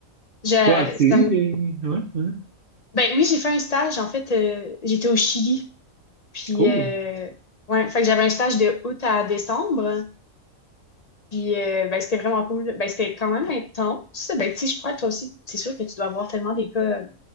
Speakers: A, on the left; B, on the right.
A: Je,
B: toi, as-tu eu
A: ça me
B: des... Ouais, hein?
A: Ben oui, j'ai fait un stage. En fait, euh, j'étais au Chili. Puis,
B: Cool.
A: euh, ouais, fait que j'avais un stage de août à décembre. Puis, euh, ben, c'était vraiment cool. Ben, c'était quand même intense. Ben, tu sais, je crois, toi aussi, c'est sûr que tu dois voir tellement des cas. Tu